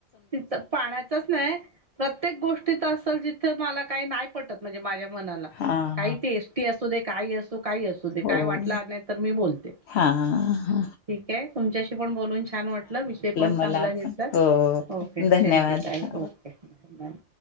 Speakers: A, on the right; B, on the left.
A: तिथं पाण्याचाच नाही प्रत्येक गोष्टी तर असेल जिथे. का नाही पटत म्हणजे माझा मनाला
B: हां,
A: कायं ते स्टे असुदे कायही असुदे. तो काही असू दे काय
B: हो.
A: वाटला नाही तर मी बोलते
B: हां, हां.
A: ठीक आहे तुमच्याशी पण बोलून छान वाटलं विषय पण
B: मला
A: चांगला घेतला
B: पण. हो.
A: ओके
B: धन्यवाद.
A: थँक्यू ताई
B: हो.
A: ओके धन्यवाद..